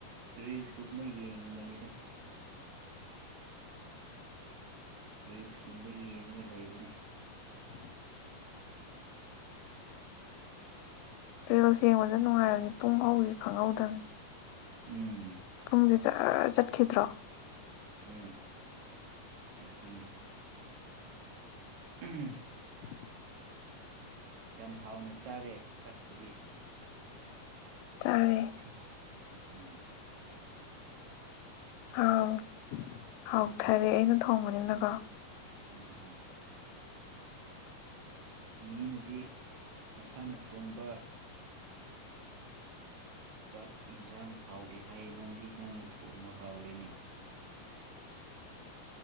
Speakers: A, on the right; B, on the left.
A: ꯔꯤꯜꯁꯀꯨꯝꯕ ꯌꯦꯡꯕꯅꯤꯅ
B: <unintelligible>
A: ꯔꯤꯁꯀꯨꯝꯕ ꯌꯦꯡꯉꯒ ꯂꯩꯕꯅꯤ꯫
B: <unintelligible> ꯔꯤꯜꯁ ꯌꯦꯡꯕꯗ ꯅꯨꯡꯉꯥꯏꯕꯅꯤ ꯄꯨꯡ ꯍꯧꯈꯤꯕ ꯈꯪꯍꯧꯗꯕꯅꯤ꯫
A: ꯎꯝ
B: ꯄꯨꯡꯁꯦ ꯖꯔ ꯆꯠꯈꯤꯗ꯭ꯔꯣ?
A: ꯍꯣꯏ ꯑꯗꯨꯅꯤ꯫ ꯎꯝ
B: <inaudible>
A: ꯌꯥꯝ ꯍꯥꯎꯅ ꯆꯥꯔꯦ ꯆꯥꯛꯄꯨꯗꯤ꯫
B: ꯆꯥꯔꯦ
A: <unintelligible>
B: ꯑꯥꯎ ꯍꯥꯎꯊꯔꯦ ꯑꯩꯅ ꯊꯣꯡꯕꯅꯤꯅꯀꯣ꯫
A: ꯎꯝ꯫ ꯃꯤꯅꯗꯤ ꯃꯁꯥꯅ ꯊꯣꯡꯕ ꯆꯥꯛ ꯌꯦꯟꯁꯥꯡ ꯍꯥꯎꯗꯦ ꯍꯥꯏꯌꯦ ꯅꯪꯗꯤ ꯅꯪꯅ ꯊꯣꯡꯕ ꯍꯥꯎꯔꯦꯅꯦ꯫